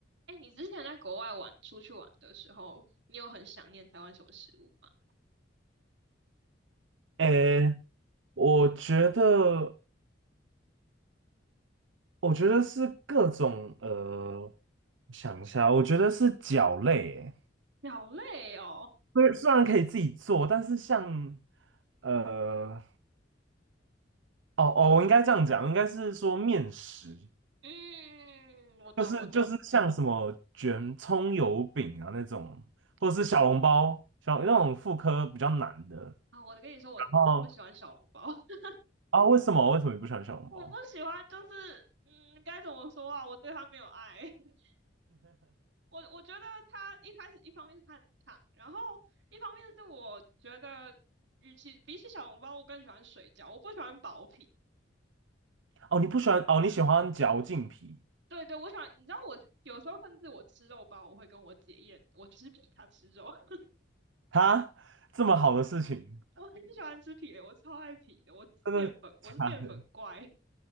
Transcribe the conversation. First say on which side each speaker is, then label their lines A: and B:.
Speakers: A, on the right; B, on the right.
A: 哎，你之前在国外玩，出去玩的时候，你有很想念台湾什么食物吗？
B: 诶，我觉得，我觉得是各种呃，想一下，我觉得是脚类诶
A: 你好累哦。
B: 虽然虽然可以自己做，但是像呃，哦哦，我应该这样讲，应该是说面食，
A: 嗯，我懂，
B: 就是就是像什么卷葱油饼啊那种，
A: 我懂。
B: 或者是小笼包，小那种妇科比较难的。
A: 啊，我跟你说，我我不喜欢小笼包，
B: 然后
A: <laughs>
B: 啊，为什么为什么你不喜欢小笼包？
A: 我不喜欢，就是嗯，该怎么说啊？我对它没有爱。<laughs> 我我觉得他一开始一方面是他很烫，然后一方面是我觉得，与其比起小笼包，我更喜欢水饺，我不喜欢薄皮。
B: 哦，你不喜欢哦，你喜欢嚼劲皮，
A: 对对，我喜欢，你知道我有时候甚至我吃肉包，我会跟我姐一人，我吃皮，她吃肉。<laughs>
B: 哈，这么好的事情。
A: 我很喜欢吃皮的，我超爱皮的，我是淀粉，
B: 真的假的？
A: 我是淀粉怪 <laughs>